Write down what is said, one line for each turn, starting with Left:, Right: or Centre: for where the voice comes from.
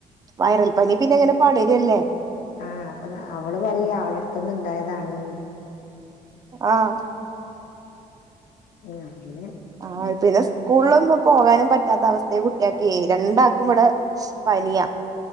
Right: വയറൽ പനി പിന്നെങ്ങനെ പടര്ല്ലേ
Left: ആഹ് അപ്പൊ അവള് പറയ അവള് അടുത്ത്ന്ന് ഇണ്ടായതാണ്
Right: ആഹ്
Left: ആഹ് അങ്ങനെ
Right: ആ പിന്നെ സ്കൂളിലൊന്നും പോകാനും പറ്റാത്ത അവസ്ഥെ കുട്ട്യോക്കെ രണ്ടാക്കും ഇവിടെ പനിയാ